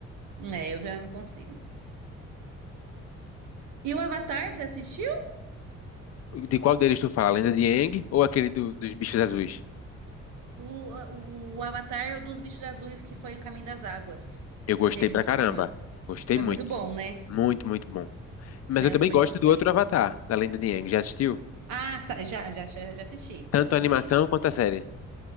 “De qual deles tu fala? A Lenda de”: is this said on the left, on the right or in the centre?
Left